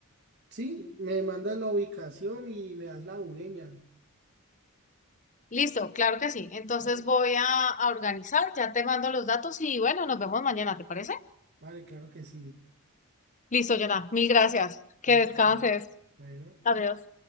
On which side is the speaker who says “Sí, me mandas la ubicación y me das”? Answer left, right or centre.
Right